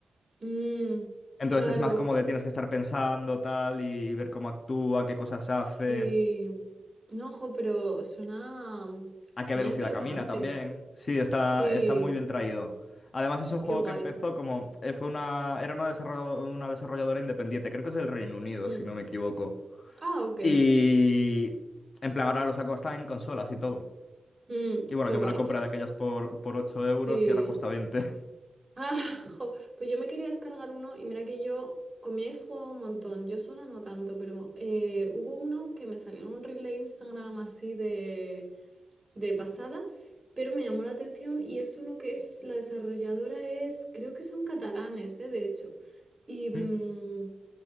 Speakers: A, on the right; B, on the left.
A: Mm,
B: Entonces
A: claro,
B: es más como de tienes que estar pensando tal y ver cómo actúa, qué cosas hace,
A: sí. No, ojo, pero suena,
B: a
A: suena
B: qué velocidad
A: interesante.
B: camina también. Sí, está,
A: Sí,
B: está muy bien traído. Además es un
A: qué
B: juego
A: guay.
B: que empezó como... eh, Fue una, era una, desarro- una desarrolladora independiente, creo que es del Reino Unido,
A: Mm.
B: si no me equivoco.
A: Ah, ok.
B: Y... En plan, ahora lo saco hasta en consolas y todo.
A: Mm,
B: Y bueno,
A: qué
B: que
A: guay.
B: me lo compré de aquellas por, por ocho
A: Sí.
B: euros y ahora cuesta veinte.
A: Ah, <laughs> jo, pues yo me quería descargar uno y mira que yo con mi ex jugaba un montón, yo sola no tanto, pero eh, hubo uno que me salió en un reel de Instagram así de... de pasada, pero me llamó la atención y es uno que es, la desarrolladora es, creo que son catalanes, eh, de hecho. Y, mm,
B: <laughs>